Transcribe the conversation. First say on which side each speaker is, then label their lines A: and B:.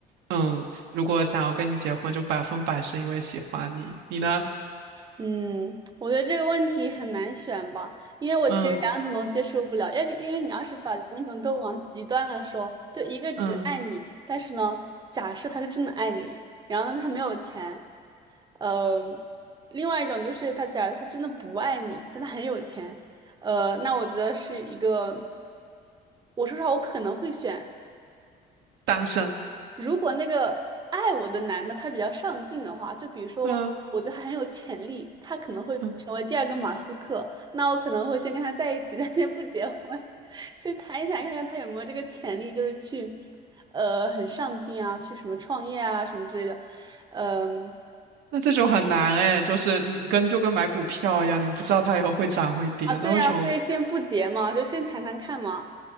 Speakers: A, on the right; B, on the right.
A: 嗯，如果想要跟你结婚，就百分百是因为喜欢你。你呢？
B: 嗯，我觉得这个问题很难选吧，因为我其实两种都接受不了。
A: 嗯
B: 要是因为你要是把两种都往极端了说，就一个只爱你，
A: 嗯，
B: 但是呢，假设他是真的爱你，然后呢他没有钱，呃，另外一种就是他假如他真的不爱你，但他很有钱，呃，那我觉得是一个，我说实话，我可能会选。
A: 单身。
B: 如果那个爱我的男的他比较上进的话，就比如说，
A: 嗯
B: 我觉得他很有潜力，他可能会成为第二个马斯克，
A: 嗯。
B: 那我可能会先跟他在一起，但先不结婚，<laughs> 先谈一谈，看看他有没有这个潜力，就是去，呃，很上进啊，去什么创业啊，什么之类的，嗯，
A: 那这种很难哎，就是你跟就跟买股票一样，你不知道它以后会涨会跌，
B: 啊，对啊，
A: 那为什么？
B: 所以先不结嘛，就先谈谈看嘛，